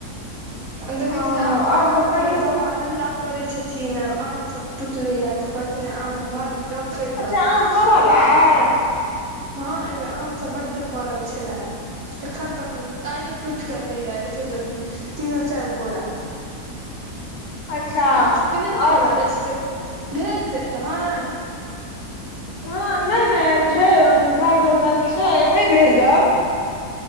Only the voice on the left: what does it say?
ओ
आओर
सभ कहियौ
तऽ
अच्छा आम फड़ल
अइ
अच्छा
आओर
हँ नहि नहि छै खााय जोगरक छै नहि भेजब